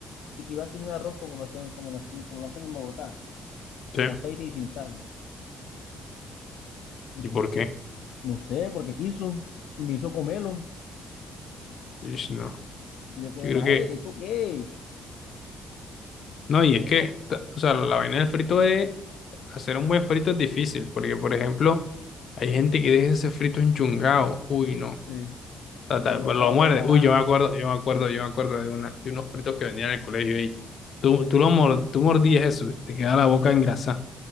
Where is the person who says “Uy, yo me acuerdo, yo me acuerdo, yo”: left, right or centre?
Left